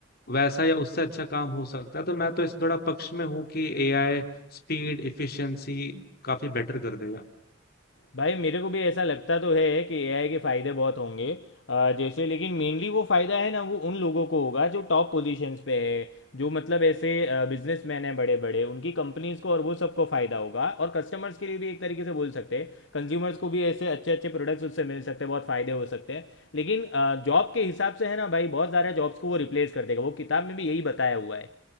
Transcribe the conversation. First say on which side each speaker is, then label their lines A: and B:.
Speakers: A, on the left; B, on the left.
A: वैसा या उससे अच्छा काम हो सकता है तो मैं तो इस थोड़ा पक्ष में हूँ कि एआई स्पीड इफिशिएंसी काफी बेटर कर देगा
B: भाई मेरे को भी ऐसा लगता तो है कि एआई के फ़ायदे बहुत होंगे अ, जैसे लेकिन मेनली वो फ़ायदा है ना वो उन लोगों को होगा जो टॉप पोजीशंस पे है जो मतलब ऐसे बिजनेसमैन हैं बड़े बड़े उनकी कंपनीज को और वो सबको फ़ायदा होगा और कस्टमर्स के लिए भी एक तरीके से बोल सकते हैं कंज्यूमर्स को भी ऐसे अच्छे अच्छे प्रोडक्ट्स उससे मिल सकते हैं बहुत फ़ायदे हो सकते हैं लेकिन जॉब के हिसाब से है ना भाई बहुत सारे जॉब्स को वो रिप्लेस कर देगा वो किताब में भी यही बताया हुआ है